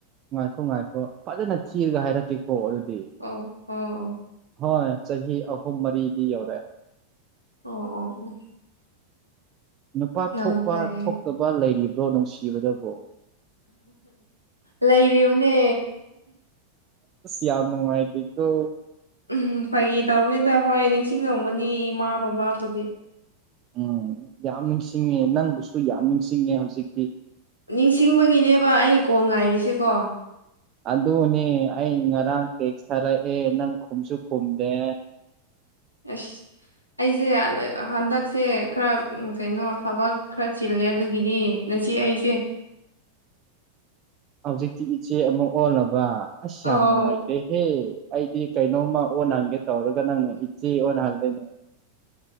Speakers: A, on the right (about 35°); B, on the left (about 85°).
A: ꯉꯥꯏꯈꯣ ꯉꯥꯏꯈꯣ ꯐꯖꯅ ꯊꯤꯔꯒ ꯍꯥꯏꯔꯛꯇ ꯑꯣ ꯑꯗꯨꯗꯤ
B: ꯑꯣ ꯑꯣ ꯑꯣ
A: ꯍꯣꯏ ꯆꯍꯤ ꯑꯍꯨꯝ ꯃꯔꯤꯗꯤ ꯌꯧꯔꯑꯦ
B: ꯑꯣ ꯑꯣ ꯑꯣ
A: ꯅꯨꯄꯥ
B: ꯌꯥꯝ
A: ꯊꯣꯛꯄ
B: ꯐꯩꯌꯦ
A: ꯊꯣꯛꯇꯕ ꯂꯩꯔꯤꯕ꯭ꯔꯣ ꯅꯨꯡꯁꯤꯕꯗꯕꯣ
B: ꯂꯩꯔꯤꯕꯅꯦ
A: ꯑ ꯌꯥꯗꯃ ꯃꯥꯥꯏꯇꯤ ꯇ
B: ꯎꯝ ꯐꯩ ꯇꯔꯕꯅꯤꯗ ꯍꯣꯏ ꯅꯤꯡꯁꯤꯡꯉꯝꯕꯅꯤ ꯏꯃꯥ ꯕꯕꯥꯕꯨꯗꯤ
A: ꯎꯝ ꯌꯥꯝ ꯅꯤꯡꯁꯤꯡꯉꯦ ꯅꯪꯕꯨꯁꯨ ꯌꯥꯝ ꯅꯤꯡꯁꯤꯡꯉꯦ ꯍꯧꯖꯤꯛꯇꯤ
B: ꯅꯤꯡꯁꯤꯡꯕꯒꯤꯅꯦꯕ ꯑꯩ ꯀꯣꯟꯜ ꯉꯥꯏꯔꯤꯁꯦꯀꯣ
A: ꯑꯗꯨꯅꯦ ꯑꯩ ꯉꯔꯥꯡ ꯇꯦꯛꯁ ꯊꯥꯔꯛꯑꯦ ꯅꯪ ꯈꯨꯝꯁꯨ ꯈꯨꯝꯗꯦ
B: ꯑꯁ ꯑꯩꯁꯦ ꯍꯟꯗꯛꯁꯦ ꯈꯔ ꯀꯩꯅꯣ ꯊꯕꯛ ꯈꯔ ꯆꯤꯜꯂꯦ ꯑꯗꯨꯒꯤꯗꯤ ꯉ ꯑꯩꯁꯦ
A: ꯍꯧꯖꯤꯛꯇꯤ ꯏꯆꯦ ꯑꯃꯨꯛ ꯑꯣꯜꯂꯕ ꯑꯁ ꯌꯥꯝ
B: ꯑꯧ
A: ꯅꯨꯡꯉꯥꯏꯇꯦꯍꯦ ꯑꯩꯗꯤ ꯀꯩꯅꯣꯝꯃ ꯑꯣꯟꯍꯟꯒꯦ ꯇꯧꯔꯒ ꯅꯪꯅ ꯏꯆꯦ ꯑꯣꯟꯍꯟꯗꯣꯏꯅꯦ